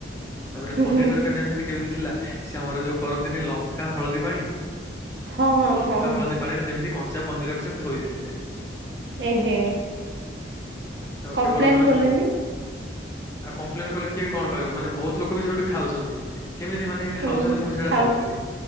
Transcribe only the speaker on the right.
ହୁଁ
ହୁଁ
ହଁ ହଁ
ହଁ।
ଏହେ
କମ୍ପ୍ଲେନ
କଲେନି।
ହୁଁ
ହୁଁ
ଖାଉ